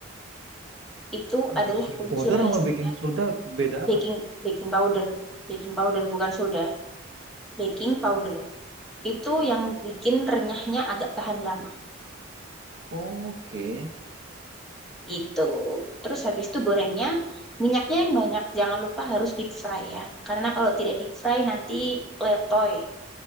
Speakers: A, in the centre; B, on the right (about 65°).
A: Itu adalah
B: Baking
A: kunci
B: powder
A: rahasia
B: sama baking soda beda
A: baking
B: apa?
A: baking powder. Baking powder bukan soda. Baking powder. Itu yang bikin renyahnya agak tahan lama.
B: Oke. <laughs>
A: Itu. Terus habis itu gorengnya, minyaknya yang banyak. Jangan lupa harus deep fry ya. Karena kalau tidak deep fry nanti letoy.